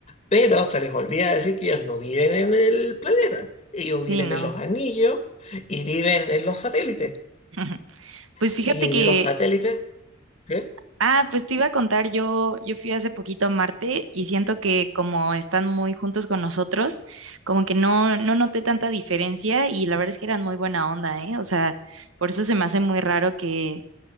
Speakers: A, on the left; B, on the right.
A: Pero se les olvida decir que ellos no viven en el planeta. Ellos
B: sí,
A: viven
B: ¿no?
A: en los anillos y viven en los satélites.
B: <laughs> Pues fíjate
A: Y
B: que,
A: los satélites, ¿qué?
B: ah, pues te iba a contar, yo, yo fui hace poquito a Marte y siento que como están muy juntos con nosotros, como que no, no noté tanta diferencia y la verdad es que eran muy buena onda, ¿eh? O sea, por eso se me hace muy raro que,